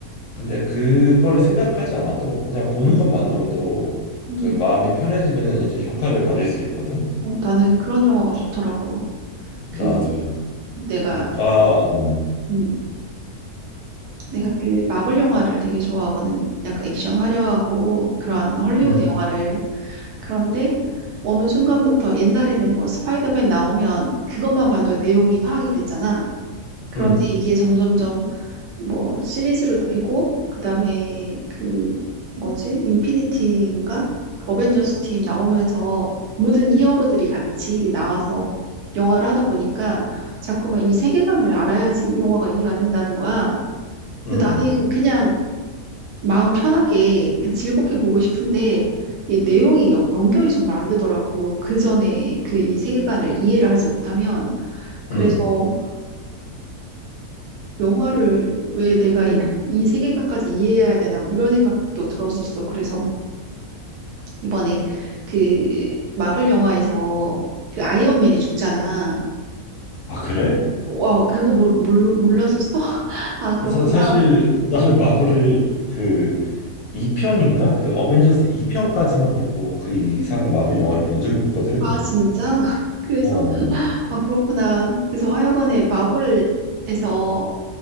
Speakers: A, on the left; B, on the right.
A: 근데 그거를 생각하지 않아도 그냥 보는
B: 음,
A: 것만으로도
B: 음.
A: 그 마음이 편해지는 이제 효과를 받을 수 있거든.
B: 어, 나는 그런 영화가 좋더라고.
A: 나도.
B: 그 내가
A: 음. 아, 음,
B: 음, 내가 그 마블 영화를 되게 좋아하거든. 약간 액션 화려하고 그러한 헐리우드
A: 음,
B: 영화를. 그런데 어느 순간부터 옛날에는 뭐 스파이더맨 나오면 그것만 봐도 내용이 파악이 됐잖아. 그런데
A: 음,
B: 이게 점점점 뭐 시리즈로도 되고 그다음에 그 뭐지? 인피니티인가? 그 어벤져스 팀 나오면서 모든 히어로들이 같이 나와서 영화를 하다 보니까 자꾸만 이 세계관을 알아야지 이 영화가 이해가 된다는 거야.
A: 음,
B: 근데 나는 그냥 마음 편하게 그냥 즐겁게 보고 싶은데 이 내용이 연- 연결이 정말 안 되더라고. 그 전에 그 이 세계관을 이해를 하지 못하면 그래서
A: 음.
B: 영화를 왜 내가 이, 이 세계관까지 이해해야 되나 막 이런 생각도 들었었어. 그래서 이번에 그 마블 영화에서 그 아이언맨이 죽잖아.
A: 아, 그래?
B: 와, 그거 몰, 몰, 몰랐었어? <laughs> 아, 그렇구나.
A: 사, 사실 나는 마블을 그 2편인가? 그 어벤져스 2편까지만 보고 그 이상은 마블 영화를 본 적이 없거든.
B: 아, 진짜? <laughs> 그래서,
A: 어,
B: 아, 그렇구나. 그래서 하여간에 마블에서